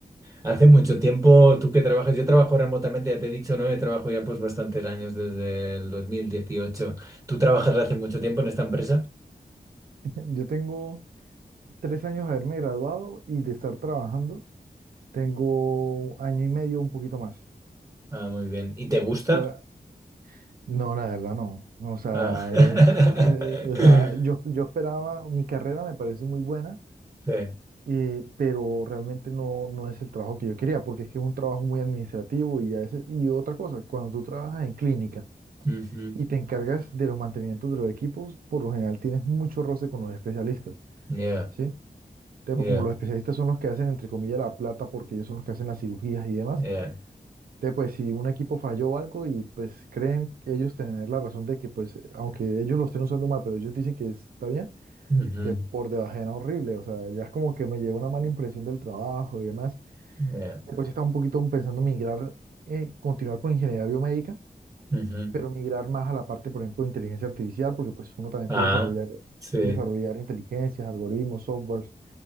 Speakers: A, on the right; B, on the right.
A: Hace mucho tiempo, tú que trabajas, yo trabajo remotamente, ya te he dicho, ¿no? Yo trabajo ya pues bastantes años, desde el dos mil dieciocho. ¿Tú trabajas hace mucho tiempo en esta empresa?
B: <laughs> Yo tengo tres años de haberme graduado y de estar trabajando, tengo año y medio, un poquito más. O
A: Ah, muy bien. ¿Y te gusta?
B: sea, la- no, la verdad no. no, O sea,
A: Ah. <laughs>
B: es, eh, o sea, yo, yo esperaba, mi carrera me parece muy buena
A: Sí.
B: eh, pero realmente no, no es el trabajo que yo quería, porque es que es un trabajo muy administrativo y, a veces- y otra cosa, cuando tú trabajas en clínica
A: Ujú.
B: y te encargas de los mantenimientos de los equipos, por lo general tienes mucho roce con los especialistas,
A: Yeah,
B: ¿sí? Entonces,
A: yeah,
B: pues, como los especialistas son los que hacen, entre comillas, la plata, porque ellos son los que hacen las cirugías y demás,
A: yeah.
B: entonces, pues si un equipo falló o algo y pues creen ellos tener la razón de que, pues, aunque ellos lo estén usando mal, pero ellos dicen que está bien,
A: Ujú.
B: te por debajean horrible, o sea, ya es como que me lleva una mala impresión del trabajo y demás.
A: Yeah.
B: Después estaba un poquito pensando migrar, eh, continuar con ingeniería biomédica,
A: Ujú.
B: pero migrar más a la parte, por ejemplo, de inteligencia artificial, porque pues uno también
A: Ah,
B: puede desarrollar,
A: sí.
B: desarrollar inteligencias, algoritmos, softwares,